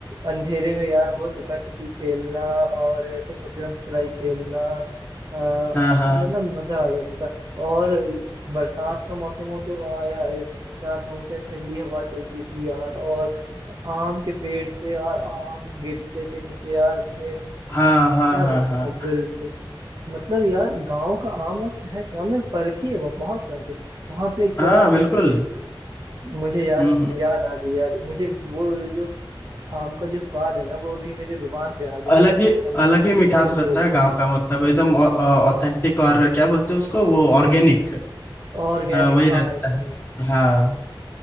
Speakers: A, on the right; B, on the left.
A: अंधेरे में यार वो लुका छुपी खेलना और ऐसे पकड़म पकड़ाई खेलना अ, मतलब
B: हाँ हाँ हाँ
A: मजा आ गया पता और बरसात का मौसम हो तो आया है क्या कहो क्या ठंडी हवा चलती थी यार और आम के पेड़ से यार आम गिरते थे नीचे यार इतने
B: हाँ हाँ
A: क्या
B: हाँ
A: बताओ
B: हाँ
A: बिल्कुल मतलब यार गांव का आम और शहर का आम में फर्क ही है बहुत बहुत फर्क है वहां पे क्या
B: हाँ,
A: अ,
B: बिल्कुल
A: मुझे यार
B: हम्म हम्म।
A: याद आ गई यार मुझे वो जो आम का जो स्वाद है ना वो अभी मेरे जुबान पे आ गया
B: अलग
A: यार एकदम
B: ही अलग ही मिठास
A: बिल्कुल
B: रहता है गांव का मतलब एकदम ऑथेंटिक और क्या बोलते हैं उसको वो ऑर्गेनिक
A: ऑर्गेनिक
B: वही रहता
A: हाँ यार
B: है हाँ